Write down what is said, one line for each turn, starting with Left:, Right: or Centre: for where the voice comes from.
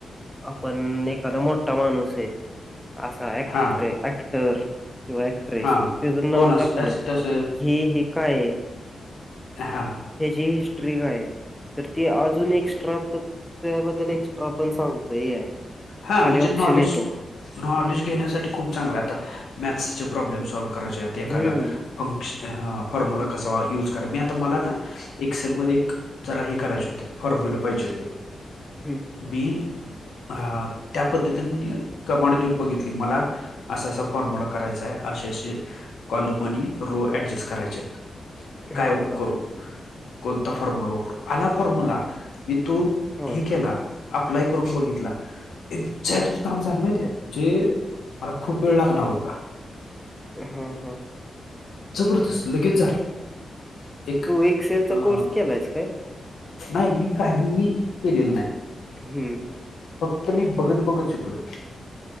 Centre: आपण एखादा मोठा माणूस आहे असा ऍक्टर
Left: हा
Centre: हाय ऍक्टर. किंवा ऍक्ट्रेस
Left: हा
Centre: त्याच नाव
Left: कोण अस
Centre: टाकलं
Left: तस
Centre: की हे काय?
Left: हां
Centre: ह जी हिस्ट्री काय तर ती अजून एक्स्ट्रा त्याबद्दल ए क्स्ट्रा आपण सांगतोय
Left: हा
Centre: खाली
Left: म्हणजे नॉलेज
Centre: ऑप्शन येतो.
Left: नॉलेज घेण्यासाठी खूप चांगलं आता मॅथ्सचे प्रॉब्लेम सॉल्व करायचे आहेत एखादा.
Centre: हं.
Left: फंक्श फॉर्म्यला कसा युज करा मी आता मला ना. एक्सेलमध्येक जरा हे करायचे होते फॉर्मुल पाहिजे होते.
Centre: हम्
Left: मी हा त्या पद्धतीने कमांड देऊन बघितली मला असा असा फॉर्म्यला करायचा आहे. असेे असे कॉलम आणि रो ऍडजस्ट करायचे आहेत. काय
Centre: हां, हां.
Left: करू कोणता फॉर्म्यला वापरू आला फॉर्म्यला मी तो
Centre: होय.
Left: हे केला अप्लाय करून बघितला एझट
Centre: हं
Left: काम झालं माहितेय जे मला खूप वेळ लागणार होता.
Centre: हा हा.
Left: जबरदस्त लगेच झालं. एक
Centre: तू एक्सेल
Left: अं,
Centre: चा कोर्स केलायस काय?
Left: नाही मी काहीही केलेलं नाही.
Centre: हम्म हम्
Left: फक्त मी बघत बघत शिकलो.